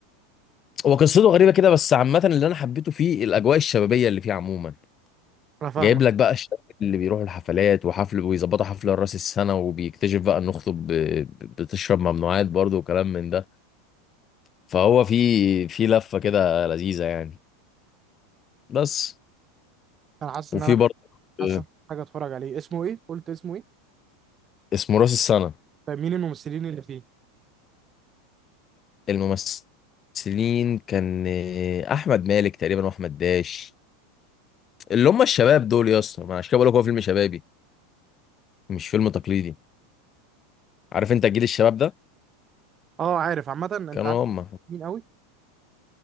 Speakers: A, on the left; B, on the right.
A: هو قصته غريبه كده بس عامه اللي انا حبيته فيه الاجواء الشبابيه اللي فيه عموما
B: انا فاهمك
A: جايب لك بقى الشباب اللي بيروحوا الحفلات وحفل ويظبطوا حفله راس السنه وبيكتشف بقى ان اخته ب- ب- بتشرب ممنوعات برضه وكلام من ده فهو في في لفه كده لذيذه يعني بس
B: انا حاسس
A: وفي
B: ان انا
A: برضه آه،
B: حاسس إن أنا محتاج اتفرج عليه اسمه ايه قلت اسمه ايه
A: اسمه راس السنه
B: طيب مين الممثلين اللي فيه
A: الممثلين كان آه، احمد مالك تقريبا واحمد داش اللي هم الشباب دول يا اسطى ما أنا عشان كده بقول لك هو فيلم شبابي مش فيلم تقليدي عارف انت جيل الشباب ده
B: اه عارف عامه انت
A: كانوا
B: عارف
A: هم
B: مين قوي